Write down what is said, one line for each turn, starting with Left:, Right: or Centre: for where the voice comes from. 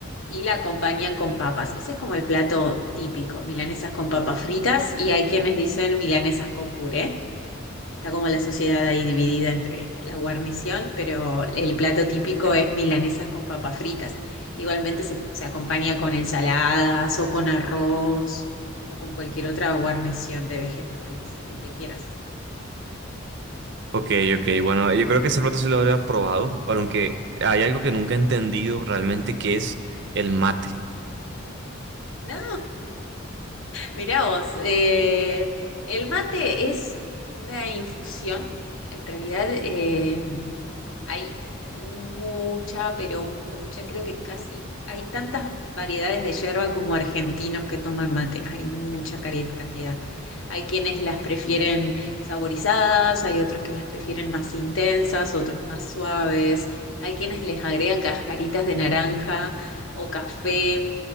Left: y la acompañan con papas. Ese es como el plato típico, milanesas con papas fritas y hay quienes dicen milanesas con puré. Está como la sociedad ahí dividida entre la guarnición, pero el plato típico
Right: Sí.
Left: es milanesas con papas fritas. Igualmente se, se acompaña con ensaladas o con arroz o con cualquier otra guarnición de vegetales, lo que quieras.
Right: Ok, ok, bueno, yo creo que ese plato sí lo habría probado, pero aunque hay algo que nunca he entendido realmente que es el mate.
Left: No, Mirá vos, eh, el mate es una infusión. En realidad eh, hay mucha, pero mucha, creo que casi hay tantas variedades de yerba como argentinos que toman mate. Hay mucha cari- cantidad. Hay quienes las prefieren saborizadas, hay otros que las prefieren más intensas, otros más suaves. Hay quienes les agregan cascaritas de naranja o café.